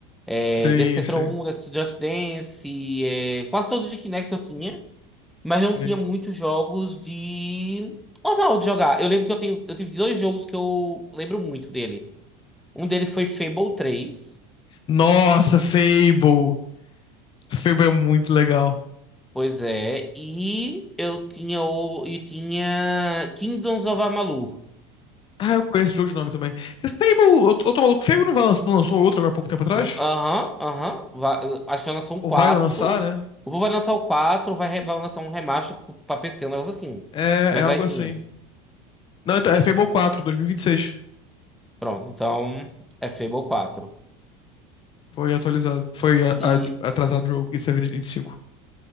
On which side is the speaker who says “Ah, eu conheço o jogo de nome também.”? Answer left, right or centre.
Left